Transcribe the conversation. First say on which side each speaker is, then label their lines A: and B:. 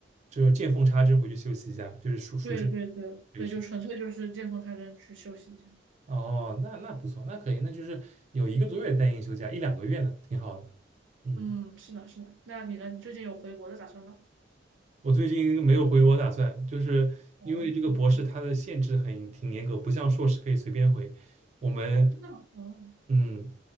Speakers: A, on the right; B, on the right.
A: 就是见缝插针回去休息一下，就是暑暑假
B: 对对对对，
A: 这个是。
B: 就纯粹就是见缝插针去休息一下。
A: 哦，那那不错，那可以，那就是有一个多月的带薪休假，一两个月呢，挺好的。嗯。
B: 嗯，是的，是的。那你呢？你最近有回国的打算吗？
A: 我最近没有回国打算，就是因为这个博士它的限制很挺严格，
B: 哦，
A: 不像硕士可以随便回。我们
B: 哦，真的吗？哦，
A: 嗯，